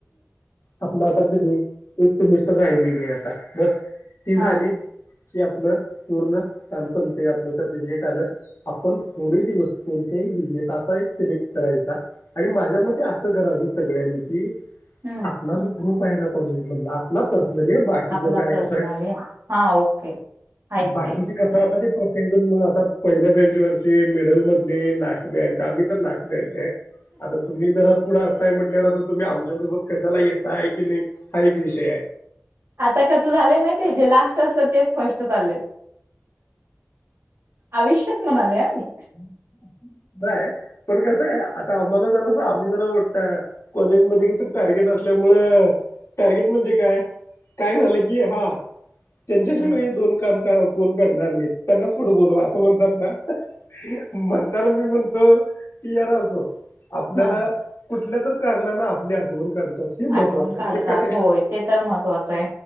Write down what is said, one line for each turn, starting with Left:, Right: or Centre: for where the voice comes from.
Left: आपलं आता, <unintelligible> एक सेमिस्टर राहिलेली आहे, आता बस. ती
Right: हा
Left: झाली की, आपलं पूर्ण काम सपतंय, आपलं सर्टिफिकेट आलं. आपण थोडे दिवस, कोणत्याही बिझनेस, असा एक सिलेक्ट करायचा आणि, माझ्या मते असं <unintelligible> सगळ्यांनी कि
Right: हम्म
Left: आपला, जो ग्रुप आहे ना, कॉलेज मधला आपला प म्हणजे, बाकीच
Right: आपला
Left: काय
Right: पर्सनली
Left: कसं आहे,
Right: हा ओके आहेत
Left: बाकीचे
Right: ते
Left: कस आता ते, प्रत्येक जण, आता पहिल्या बेंचवरचे, मिडल मधली, लास्ट, बेंच, आम्ही तर लास्ट बेंच आहे. आता, तुम्ही, जरा पुढं असताय, म्हटल्यावर आता तुम्ही, आमच्यासोबत, कशालायताय की नाही, हा, एक विषय आहे.
Right: आता, कसं झालंय माहित आहे, जे लास्ट असत्यात तेच फर्स्ट चालले, आयुष्यत म्हणाले आ, मी.
Left: नाहीय पण कसं आहे, आता आम्हाला जर आम्ही जरा कॉलेज मध्ये कसं, टार्गेट असल्या मूळ, टार्गेट म्हणजे काय, काय झालं की हा, त्यांच्याशिवाय
Right: हम्म
Left: हे दोन काम काय कोण करणार नाहीत, त्यांना खोटं, बोलू असं म्हणतात ना, म्हणताना मी म्हणतो, की यार असो आपल्याला,
Right: ह
Left: कुठल्या तर कारणाने, आपली आठवण काढतात. हे महत्वाचं
Right: आठवण
Left: आहे
Right: काढतात,
Left: ते कसे
Right: होय ते तर महत्त्वाचं आहे,